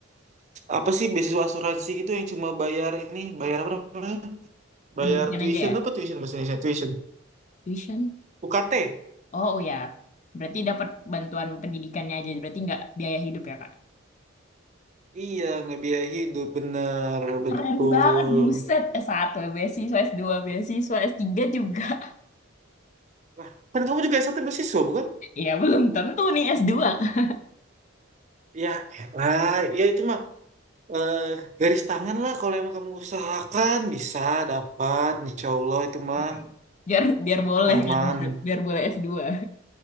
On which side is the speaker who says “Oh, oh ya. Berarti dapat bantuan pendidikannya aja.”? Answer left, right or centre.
Left